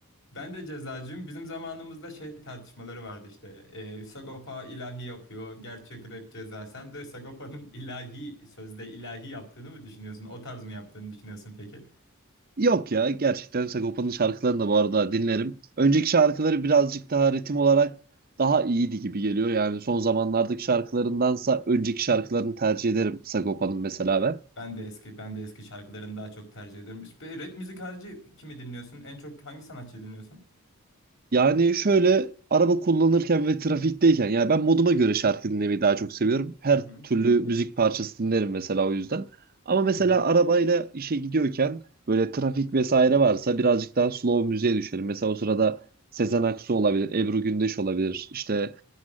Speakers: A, on the left; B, on the right.
A: Ben de cezacıyım. Bizim zamanımızda şey tartışmaları vardı işte. Ee, Sagopa ilahi yapıyor. Gerçek rap ceza. Sen de Sagopa'nın ilahi, sözde ilahi yaptığını mı düşünüyorsun? O tarz mı yaptığını düşünüyorsun peki?
B: Yok ya gerçekten Sagopa'nın şarkılarını da bu arada dinlerim. Önceki şarkıları birazcık daha ritim olarak daha iyiydi gibi geliyor. Yani son zamanlardaki şarkılarındansa önceki şarkılarını tercih ederim Sagopa'nın mesela ben.
A: Ben de eski, ben de eski şarkılarını daha çok tercih ediyorum. Ve rap müzik harici kimi dinliyorsun? En çok hangi sanatçıyı dinliyorsun?
B: Yani şöyle araba kullanırken ve trafikteyken yani ben moduma göre şarkı dinlemeyi daha çok seviyorum. Her
A: Hı hı.
B: türlü müzik parçası dinlerim mesela o yüzden. Ama mesela
A: Hı hı.
B: arabayla işe gidiyorken böyle trafik vesaire varsa birazcık daha slow müziğe düşerim. Mesela o sırada Sezen Aksu olabilir, Ebru Gündeş olabilir, işte